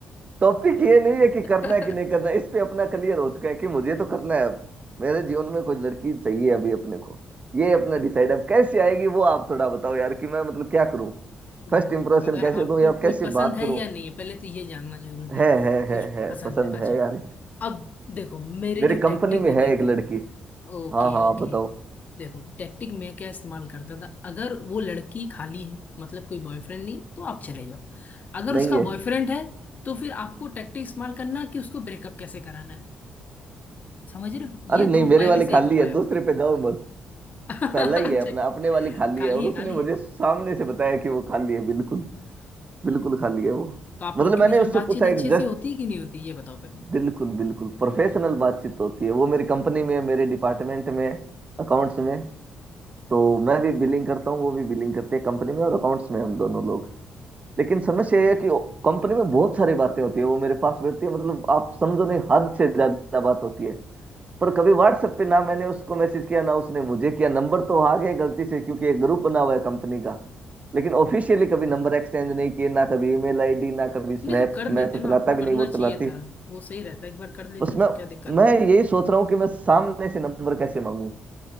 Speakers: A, on the right; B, on the left.
A: टॉपिक ये नहीं है कि
B: <laughs>
A: करना है कि नहीं करना है इस पे अपना क्लियर हो चुका है कि मुझे तो करना है अब मेरे जीवन में कोई लड़की चाहिए अभी अपने को ये अपना डिसाइड अब कैसे आएगी वो आप थोड़ा बताओ यार कि मैं मतलब क्या करूं फर्स्ट
B: देखो
A: इंप्रेशन
B: अगर
A: कैसे
B: आपको
A: दूं या
B: कोई
A: कैसे
B: पसंद
A: बात
B: है
A: करूं
B: या नहीं है पहले तो ये जानना जरूरी
A: है
B: है
A: है
B: कुछ
A: है है
B: पसंद
A: पसंद
B: है अच्छा
A: है यार
B: अब देखो मेरी
A: मेरे
B: जो
A: कंपनी
B: टैक्टिक
A: में
B: होती
A: है एक
B: थी
A: लड़की
B: Okay
A: हाँ हाँ
B: okay
A: आप बताओ
B: देखो टैक्टिक मैं क्या इस्तेमाल करता था अगर वो लड़की खाली है मतलब कोई बॉयफ्रेंड नहीं तो आप चले जाओ अगर
A: नहीं
B: उसका
A: है
B: बॉयफ्रेंड है तो फिर आपको टैक्टिक इस्तेमाल करना है कि उसको ब्रेकअप कैसे कराना है समझ रहे हो
A: अरे
B: ये
A: नहीं
B: दो
A: मेरे
B: उपाय
A: वाले
B: में से
A: खाली
B: एक उपाय
A: है दूसरे पे जाओ मत
B: <laughs>
A: पहला ही
B: अच्छा
A: है अपना अपने वाली खाली
B: खाली
A: है और
B: है
A: उसने
B: खाली
A: मुझे
B: है
A: सामने से बताया कि वो खाली है बिल्कुल बिल्कुल खाली है वो
B: तो आप
A: मतलब
B: लोग के
A: मैंने
B: बीच में
A: उससे
B: बातचीत
A: पूछा
B: अच्छे
A: एक जस्ट
B: से होती है कि नहीं होती ये बताओ पहले
A: बिल्कुल बिल्कुल प्रोफेशनल बातचीत होती है वो मेरी कंपनी में है, मेरे डिपार्टमेंट में है, अकाउंट्स में तो मैं भी बिलिंग करता हूँ वो भी बिलिंग करते हैं कंपनी में और अकाउंट्स में हम दोनों लोग लेकिन समस्या ये है कि कंपनी में बहुत सारी बातें होती है वो मेरे पास रहती है मतलब आप समझो नहीं हद से ज्यादा बात होती है पर कभी व्हाट्सएप पे ना मैंने उसको मैसेज किया ना उसने मुझे किया नंबर तो आ गए गलती से क्योंकि एक ग्रुप बना हुआ है कंपनी का लेकिन ऑफिशियली कभी नंबर एक्सचेंज नहीं किए ना कभी ईमेल आईडी ना कभी स्नैप
B: नहीं तो कर लेते
A: मैं तो चलाता
B: ना आपको
A: भी
B: करना
A: नहीं वो
B: चाहिए
A: चलाती
B: था वो सही रहता एक बार कर लेते
A: बस मैं
B: तो क्या दिक्कत
A: मैं
B: थी
A: यही सोच रहा हूँ कि मैं सामने से नंबर कैसे मांगू